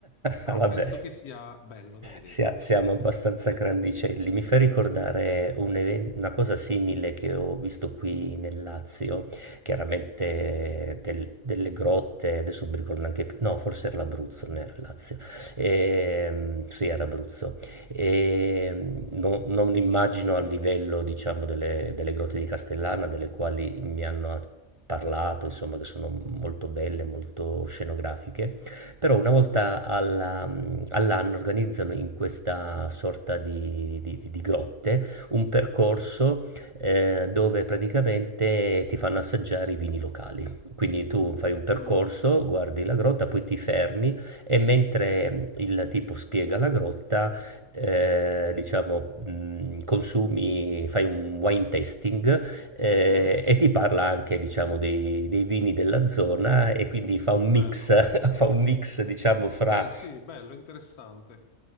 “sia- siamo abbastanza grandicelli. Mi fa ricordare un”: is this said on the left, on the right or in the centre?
Right